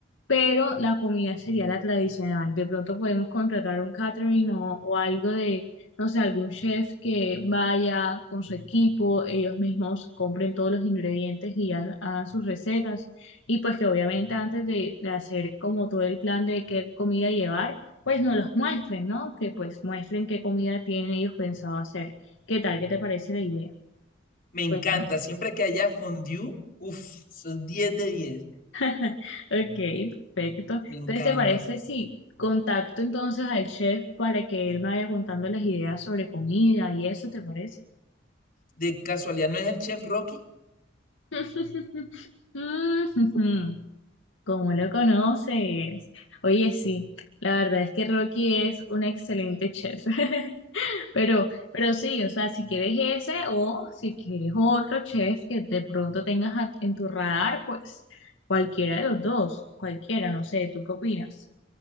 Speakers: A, on the left; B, on the left.
A: pero la comida sería la tradicional. De pronto podemos contratar un catering o, o algo de, no sé, algún chef que vaya con su equipo, ellos mismos compren todos los ingredientes y ha- hagan sus recetas. Y pues que obviamente antes de, de hacer como todo el plan de qué comida llevar, pues no los muestren, ¿no? Que pues muestren qué comida tienen ellos pensado hacer. ¿Qué tal? ¿Qué te parece la idea?
B: Me encanta,
A: Cuéntame.
B: siempre que haya fondue, uff, eso 10 de 10.
A: <laughs> Ok, perfecto.
B: me encanta.
A: Entonces, ¿te parece si contacto entonces al chef para que él me vaya contando las ideas sobre comida y eso, ¿te parece?
B: de casualidad no es el chef Rocky?
A: <laughs> Mm, <laughs> ¿Cómo lo conoces? Oye, sí, la verdad es que Rocky es un excelente chef. <laughs> Pero, pero sí, o sea, si quieres ese o si quieres otro chef que de pronto tengas a- en tu radar, pues cualquiera de los dos, cualquiera, no sé, ¿tú qué opinas?